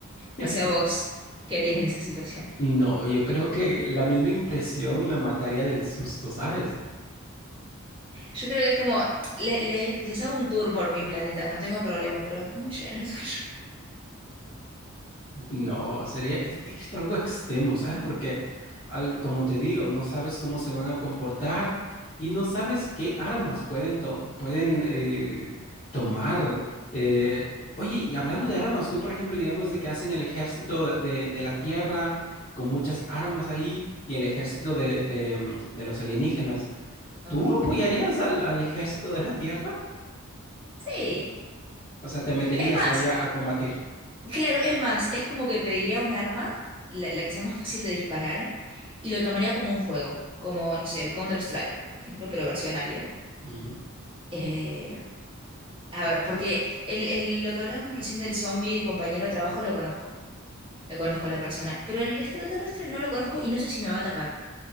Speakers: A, on the left (about 30°); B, on the right (about 25°).
A: <laughs>
B: No sé a vos qué harías en esa situación.
A: No, yo creo que la misma impresión me mataría del susto, ¿sabes?
B: Yo creo que es como, le- le- les hago un tour por mi planeta, no tengo problema, pero no me lleven al <laughs> suyo.
A: No, sería es, es algo extremo, ¿sabes? Porque, al- como te digo, no sabes cómo se van a comportar y no sabes qué armas pueden, to- pueden eh, tomar. Eh, oye, y hablando de armas, tú, por ejemplo, digamos de que hacen el ejército de, de- de la Tierra con muchas
B: Sí,
A: armas ahí y el ejército de, de, mm, de los alienígenas,
B: ok.
A: ¿tú apoyarías al, al ejército de la Tierra?
B: Sí.
A: O sea, ¿te meterías
B: Es más,
A: ahí a, a combatir?
B: claro, es más, es como que pediría un arma, la, la que sea más fácil de disparar, y lo tomaría como un juego, como, no sé, el Counter-Strike, por ejemplo, pero versión Alien.
A: Ujú.
B: Eh, a ver, porque el, el- lo que hablábamos recién del zombie compañero de trabajo lo conozco, lo conozco a la persona, pero el extraterrestre no lo conozco y no sé si me va a atacar,